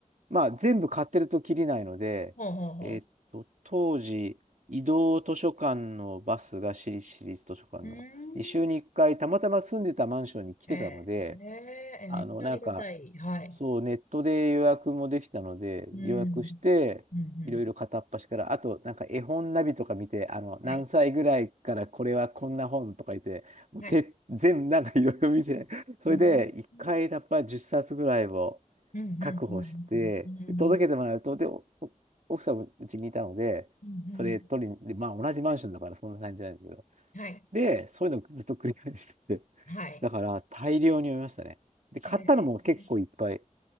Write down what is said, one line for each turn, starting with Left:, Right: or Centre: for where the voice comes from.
Right: まあ、全部買ってるときりないので、
Left: ほうほうほ
Right: えっと、当時、移動図書館のバスが私立私立図書館の2週に1回、
Left: う。うーん。
Right: たまたま住んでたマンションに来てたので、
Left: えー、えー、えめっちゃありがたい。
Right: あの、なんか、
Left: はい。
Right: そう、ネットで予約もできたので、
Left: うん。
Right: 予約して、
Left: うん、うん。
Right: いろいろ片っ端から、あと、なんか絵本ナビとか見て、あの、何歳ぐらいからこれはこんな本とか言って、
Left: はい。
Right: もうて、
Left: はい。
Right: 全部なんかいろいろ見て、それで、
Left: うん。
Right: 1回、
Left: うん、
Right: やっぱり10冊ぐらいを、
Left: うん、うん、うん、
Right: 確保して、
Left: うん、
Right: 届けてもらうと、で、おお奥さんもうちにいたので、
Left: うん。うん
Right: それ取りに、で、まあ同じマンションだからそんな感じじゃないんだけど、
Left: はい。
Right: で、そういうのずっと繰り返してて、
Left: はい。
Right: だから大量に読みましたね。で、買ったのも結構いっぱい、
Left: へえ